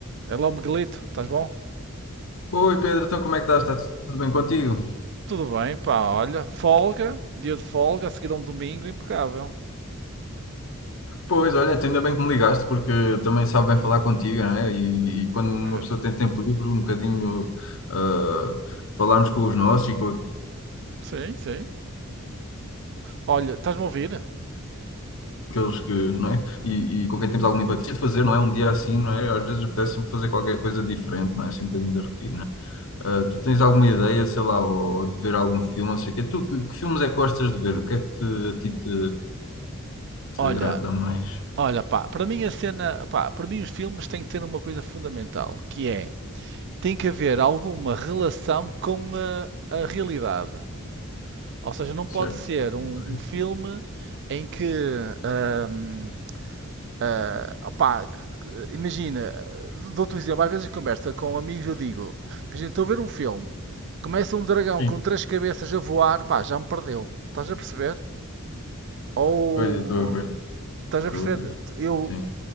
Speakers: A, on the right; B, on the left.
A: É lá o Miguelito, estás bom?
B: Oi Pedro, então como é que estás? Está tudo bem contigo?
A: Tudo bem, pá, olha, folga, dia de folga, a seguir a um domingo impecável.
B: Pois, olha, até ainda bem que me ligaste, porque também sabe bem falar contigo, não é? E, e quando uma
A: Eu,
B: pessoa tem tempo livre, um bocadinho ah, falarmos com os nossos e com
A: Sim, sim. Olha, estás-me a ouvir?
B: aqueles que, não é? E, e com quem temos alguma empatia de fazer, não é? Um dia assim, não é? Às vezes apetece-me fazer qualquer coisa diferente, não é? Assim, um bocadinho da rotina. Ah, tu tens alguma ideia, sei lá, ou, ou de ver algum filme, não sei o quê? Tu, que, que filmes é que gostas de ver? O que é que te- a ti te, te
A: Olha,
B: agrada mais?
A: olha, pá, para mim a cena, pá, para mim os filmes têm que ter uma coisa fundamental, que é, tem que haver alguma relação com a, a realidade. Ou seja, não
B: Certo?
A: pode ser um,
B: Ok.
A: um filme em que, hum, Ah, opá, imagina, dou-te um exemplo, às vezes em conversa com amigos eu digo, imagina, estou a ver um filme, começa um dragão
B: Sim,
A: com três cabeças a voar, pá, já me perdeu, estás a perceber? Ou,
B: pois eu estou a ver.
A: estás a
B: Douglas.
A: perceber, eu,
B: Sim,